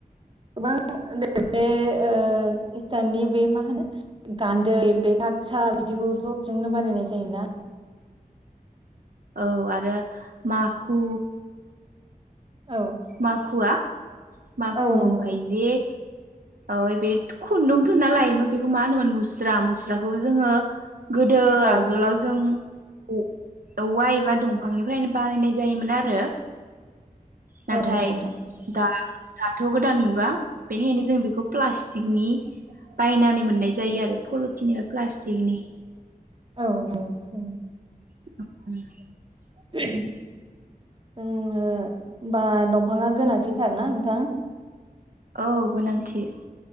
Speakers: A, on the right (about 35°); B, on the right (about 65°).
A: गोबां <unintelligible> इसाननि बे मा गान्दै बे थात साल बिदिखौथ' जोंनो बानायनाय जायोना
B: औ आरो मा खु
A: औ
B: माखुवा माखु
A: औ नंगौ
B: ओमफाय
A: नोंथां
B: जे औओइ बे खुन्दुं थुनना लायोमोन बेखौ मा होनोमोन मुस्रा मुस्राखौबो जोङो गोदो
A: औ
B: आगोलाव जों औ-औवा एबा दंफांनिफ्रायनो बानायनाय जायोमोन आरो। नाथाय
A: औ नंगौ नोंथां
B: दा दाथ' गोदान मुगा बेनिखायनो जों बेखौ प्लास्टिकनि बायनानै मोननाय जायो आरो पलिटिनि एबा प्लास्टिकनि-
A: औ नंगौ।
B: <unintelligible>
A: जोंनो ओमबा दंफाङा गोनांथिथारना नोंथां।
B: औ गोनांथि।